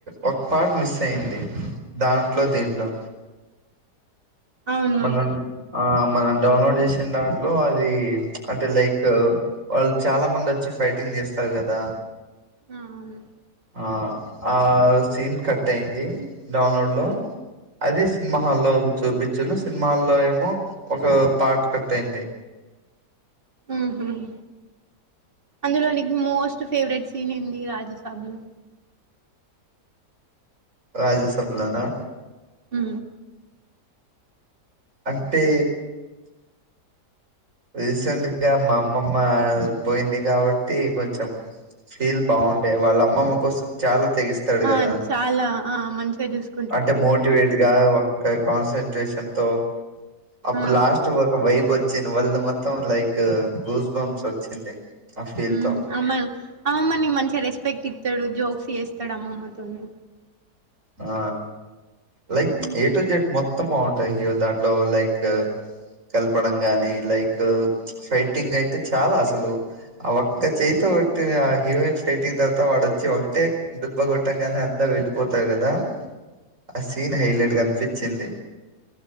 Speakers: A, on the right (about 50°); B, on the right (about 35°).
A: ఒక పార్ట్ మిస్ అయింది దాంట్లో దీంట్లో
B: అవునా
A: మం ఆమా మనం డౌన్లోడ్ చేసిన దాంట్లో అది అంటే లైక్ వాళ్ళు చాలా మంది వచ్చి ఫైటింగ్ చేస్తారు కదా
B: ఆహా ఆవును
A: ఆ ఆ సీన్ కట్ అయింది డౌన్లోడ్ లో అది సినిమా హాల్లో చూపించు సినిమా హాల్లో ఏమో ఒక పార్ట్ కట్ అయింది
B: ఉహుమ్ అందులో నీకు మోస్ట్ ఫేవరెట్ సీన్ ఏంది రాజసబ లో
A: రాజసభలనా
B: ఉ
A: అంటే రీసెంట్గా మా అమ్మమ్మ పోయింది కాబట్టి కొంచెం ఫీల్ బాగుండే వాళ్ళ అమ్మమ్మ కోసం చాలా తెగిస్తాడు
B: ఆ
A: కదా
B: చాలా ఆ మంచిగా చూసుకో
A: అంటే మోటివేట్ గా ఒక్క కాన్సట్రేషన్ తో తో అప్పుడు
B: ఆ
A: లాస్ట్ ఒక వైబొ చిన్ ఒళ్లు మొత్తం లైక్ గూస్ బంస్ వచ్చింది ఆ ఫీల్
B: మ్మ్
A: తో
B: అమర్ అమ్మమ్మ నీకు మంచిగా రెస్పెక్ట్ ఇత్తడు జోక్స్ చేస్తాడు అమ్మమ్మతోనీ
A: ఆ like
B: um
A: A to Z మొత్ మొత్తం బాగుంటాయి హీరో దాంట్లో లైక్ కలపడం గాని లైక్ ఫైటింగ్ అయితే చాలా అసలు ఆ ఒక్క చేయి కొట్టి ఆ హీరోయిన్ ఫైటింగ్ తర్వాత వాడొచ్చి ఒకటే దుబ్బ కొట్టం గానే అంతా వెళ్ళిపోత్ త కదా ఆ సీన్ హైలైట్ కనిపిచ్చింది